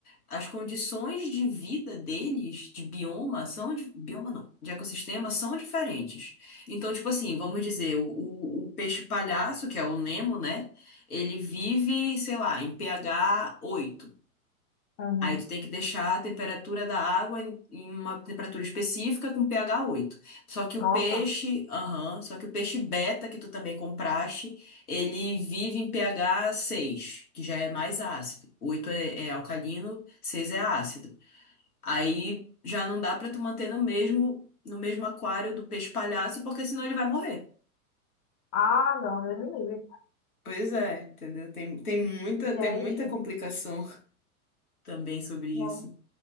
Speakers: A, on the left (about 75°); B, on the left (about 25°).
A: as condições de vida deles, de bioma, são, de, bioma não, de ecossistema, são diferentes. Então, tipo assim, vamos dizer, o, o o peixe palhaço, que é o Nemo, né? Ele vive, sei lá, em pH 8.
B: Uhum.
A: Aí tu tem que deixar a temperatura da água em em uma temperatura específica com pH 8. Só que o
B: Nossa.
A: peixe, aham, só que o peixe beta que tu também compraste, ele vive em pH 6, que já é mais ácido. 8 é, é alcalino, 6 é ácido. Aí já não dá pra tu manter no mesmo no mesmo aquário do peixe palhaço, porque senão ele vai morrer.
B: Ah, não, Deus me livre.
A: Pois é, entendeu? Tem, tem muita,
B: Gente,
A: tem muita complicação. Também sobre isso.
B: não.